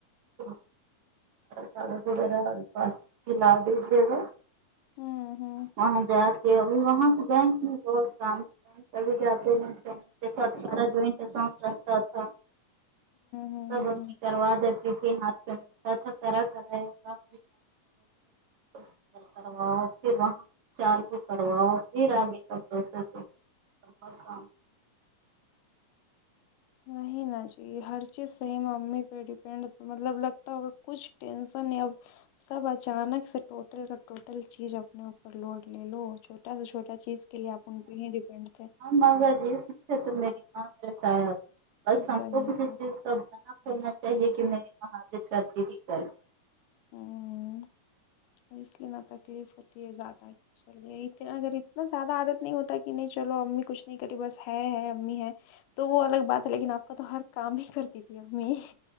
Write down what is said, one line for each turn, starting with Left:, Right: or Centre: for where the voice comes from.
Right: <inaudible> سار س وغیرہلا دیجیے گا <unintelligible>
Left: ہوں ہوں
Right: وہاں جا کے ابھی وہاں سے بینک میں بہت کام کبھی جاتے <unintelligible> نہیںارا جوائنٹ اساٹ رکھتا تھا
Left: ہ
Right: سب امی
Left: ہ
Right: کروا دیتی تھی ہاتھ پہ ملتا تھا کرا کرایا کام <inaudible> کرواؤ پھر وہاں چالو کرواؤ پھر آگے کا پروسیس اور کام
Left: نہیں نا جی ہر چیز صحیح امی پہ ڈپینڈ مطلب لگتا ہوگا کچھ ٹینسن یا سب اچانک سے ٹوٹل کا ٹوٹل چیز اپنے اوپر لوڈ لے لو چھوٹا سہ چھوٹا چیز کے لیے آپ ان پہ ہی ڈیپینڈ تھے
Right: مگا جی سے تو میری <unintelligible> ماںسا بس ہم
Left: صحیح
Right: کو کسی
Left: بات
Right: چیز کا کرنا چاہیے کہ میری <unintelligible> مہا ر ت کرتی ت کر
Left: ہمم اس لیے نہ تکلیف ہوتی ہے زیادہ کی چلیے اتنا اگر اتنا زیادہ عادت نہیں ہوتا کہ نہیں چلو امی کچھ نہیں کر رہی بس ہے ہے امی ہے تو وہ الگ بات ہے لیکن آپ کا تو ہر کام ہی کرتی تھی امی